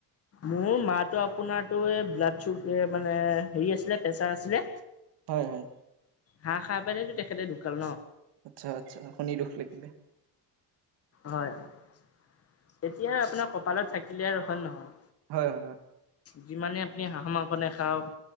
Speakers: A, on the left (about 35°); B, on the right (about 75°).
A: মোৰ মাৰটো আপোনাৰতো এই ব্লাড চুগাৰ মানে হেৰি আছিলে প্ৰেচাৰ আছিলে
B: হয় হয়
A: হাঁহ খাই পিনে তেখেতে ঢোকাল ন
B: আচ্ছা আচ্ছা শুনি দুখ লাগিলে
A: হয় এতিয়া আৰু আপোনাৰ কপালত থাকিলে আৰু হয় নহয়
B: হয় হয় হয়
A: যিমানে আপুনি হাঁহ মাংস নেখাওক